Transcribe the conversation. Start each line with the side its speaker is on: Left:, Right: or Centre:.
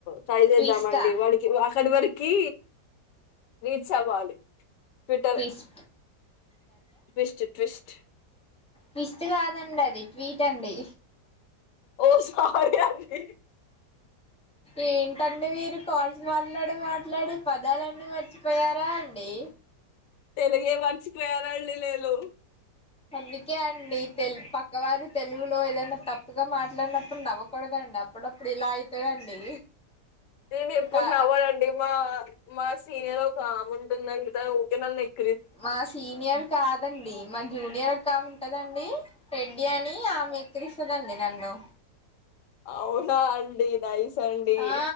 Left: ట్రై చేేద్దాం
Centre: ట్విస్టా
Left: అండి. వాడికి అక్కడి వరకి రీచ్ అవ్వాలి. Twitter
Centre: tweets
Left: twist twist
Centre: tweets కాదండి. అది ట్వీట్ అండి.
Left: ఓ స్వారీ అది
Centre: ఏంటండి మీరు కాల్స్ మాట్లాడి మాట్లాడి పదాలన్నీ మర్చిపోయారా అండి.
Left: తెలుగే మర్చిపోయానండి నేను.
Centre: అందుకే అండి తెలుగు పక్కవారు తెలుగులో ఏదైనా తప్పుగా మాట్లాడినప్పుడు నవ్వకూడదండి, అప్పుడప్పుడు ఇలా అయితదండి.
Left: నేను ఎప్పుడు
Centre: కా
Left: నవ్వనండి మా మా సీనియర్ ఒక ఆమె ఉంటుంది అంతా ఊకే నన్ను ఎక్కి
Centre: మా సీనియర్ కాదండి. మా జూనియర్ ఒకామే ఉంటదండి రెడ్డి అని ఆమే ఎక్కిరిస్తదండి నన్ను.
Left: అవునా అండి నైస్ అండి
Centre: ఆ